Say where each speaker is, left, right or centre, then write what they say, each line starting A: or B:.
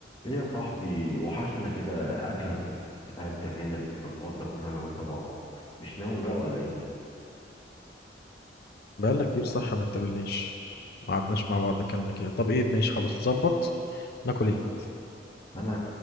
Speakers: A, on the left; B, on the left.
A: ايه يا صاحبي وحشنا كده اكله من بتاعه زمان اللي كنا بنقعد ناكلها انا وانت مع بعض مش ناوي بقى ولا ايه
B: بقالنا كتير صح ما اتقابلناش ما قعدناش مع بعض اكلنا كده طب ايه ماشي خلاص نظبط ناكل ايه
A: انا